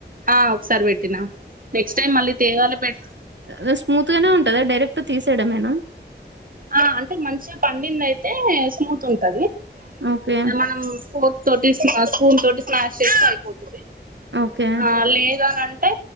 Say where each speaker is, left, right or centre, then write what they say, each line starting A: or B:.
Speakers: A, on the right; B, on the right.
A: ఆ ఒకసారి పెట్టినా నెక్స్ట్ టైమ్ మళ్ళీ తేవాలో పెట్
B: అదే స్మూత్ గానే ఉంటదా డైరెక్ట్ తీసేయడమెనా
A: ఆ అంటే మంచిగ పండింది అయితే స్మూత్ ఉంటది
B: ఓకే
A: మనం ఫోర్ట్ స్పూన్ తోటి స్మాష్ చేస్తే అయిపోతుంది
B: ఓకే
A: ఆ లేదాని అంటే